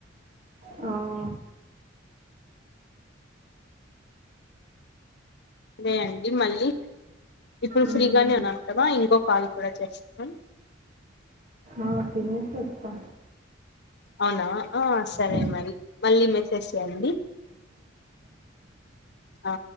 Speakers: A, on the right (about 40°); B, on the left (about 60°).
A: ఆ
B: అదే అండి మళ్ళీ ఇప్పుడు
A: ఉమ్,
B: ఫ్రీగానే ఉన్నాను కదా ఇంకో కాల్ కూడా చేస్తాను
A: ఆ తినేసి వస్తా
B: అవునా ఆ సరే
A: ఉమ్,
B: మరి మళ్ళీ మెసేజ్ చేయండి ఆ